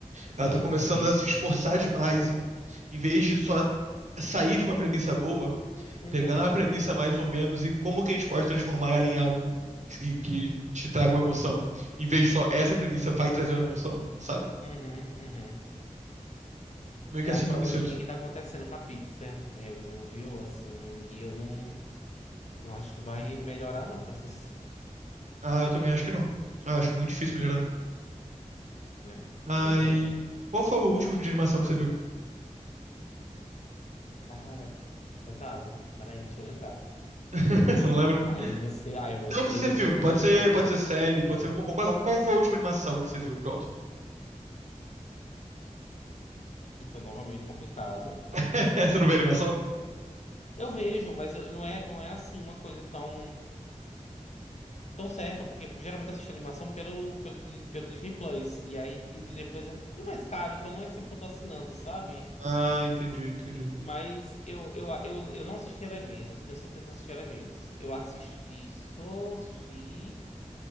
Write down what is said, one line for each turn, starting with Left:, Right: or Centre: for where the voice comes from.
Left: isso
Right: Ela tá
Left: aí
Right: começando
Left: não tem.
Right: a se esforçar demais em, em vez de só sair de uma premissa boa.
Left: Uhum,
Right: pegando a premissa mais ou menos e como que a gente pode transformar ela em algo que, que te traga uma emoção, em vez de só essa premissa vai trazer uma emoção, sabe?
Left: uhum, uhum.
Right: É Meio que
Left: É
Right: assim
Left: um probleminha
Right: que eu me sinto.
Left: que tá acontecendo com a Pixar mesmo, viu? Assim, e eu não, não acho que vai melhorar, não, pra vocês.
Right: Ah, eu também acho que não. Eu acho muito difícil melhorar.
Left: Né?
Right: Mas
Left: Pois é.
Right: qual foi o último filme de animação que você viu?
Left: Cara, pesado. Peraí, deixa eu lembrar.
Right: <laughs> Você não lembra?
Left: Aí você, aí você
Right: Não precisa ser filme,
Left: me complicou.
Right: pode ser, pode ser série, pode ser alguma coisa. Qual, qual foi a última animação que você viu? Pronto.
Left: Então, novamente complicado.
Right: <laughs> Você não vê animação?
Left: Eu vejo, mas eu- não é, não é assim uma coisa tão. tão certa, porque geralmente eu assisto animação pelo, pelo, Di- pelo Disney Plus. E aí e o Disney Plus é um pouquinho mais caro, então não é sempre que eu tô assinando, sabe?
Right: Ah, entendi, entendi.
Left: Mas eu, eu, eu, eu não assisti Elementos, tenho certeza que não assisti Elementos. Eu assisti, só assisti.